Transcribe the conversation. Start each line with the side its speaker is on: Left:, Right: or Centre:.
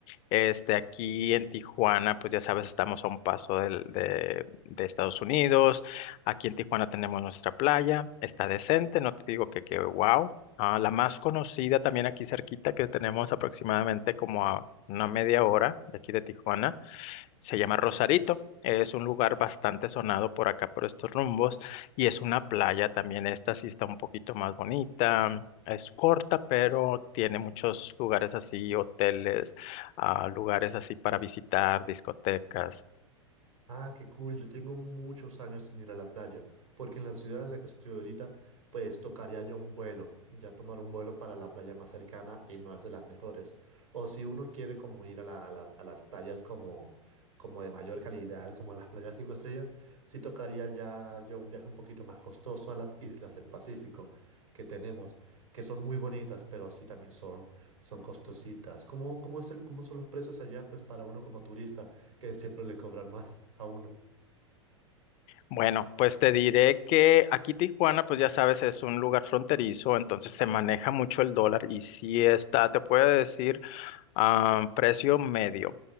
Left: Este, aquí en Tijuana, pues ya sabes, estamos a un paso del- de, de Estados Unidos. Aquí en Tijuana tenemos nuestra playa, está decente, no te digo que, que wow. Ah, la más conocida también aquí cerquita, que tenemos aproximadamente como a una media hora de aquí de Tijuana se llama Rosarito. Es un lugar bastante sonado por acá, por estos rumbos. Y es una playa también. Esta sí está un poquito más bonita. mm, Es corta, pero tiene muchos lugares así, hoteles, ah, lugares así para visitar, discotecas.
Right: Ah, qué cool. Yo tengo muchos años sin ir a la playa, porque en la ciudad en la que estoy ahorita, pues tocaría ya un vuelo, ya tomar un vuelo para la playa más cercana y no es de las mejores. O si uno quiere como ir a la- a la- a las playas como, como de mayor calidad, como las playas cinco estrellas, sí tocaría ya, ya un viaje un poquito más costoso a las islas del Pacífico que tenemos, que son muy bonitas, pero sí también son, son costositas. ¿Cómo, cómo es el, cómo son los precios allá, pues para uno como turista? que siempre le cobran más a uno.
Left: Bueno, pues te diré que aquí Tijuana, pues ya sabes, es un lugar fronterizo, entonces se maneja mucho el dólar y si está, te puedo decir Ah, precio medio.